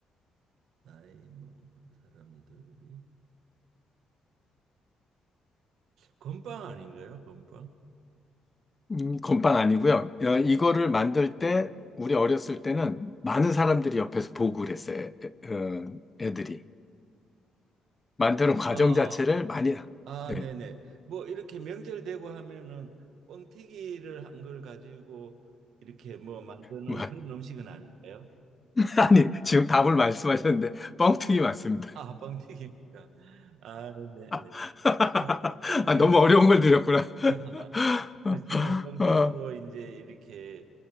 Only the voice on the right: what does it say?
나이 먹는 사람들이 건빵 아닌가요? 건빵?
아,
아,
네네. 뭐 이렇게 명절 되고 하면은 뻥튀기를 한 걸 가지고 이렇게 뭐 만드는
그런 음식은 아닐까요?
아, 뻥튀기니까. 아, 네네.
아, 그러면
<laughs>
그래서 저는 뻥튀기도
이제 이렇게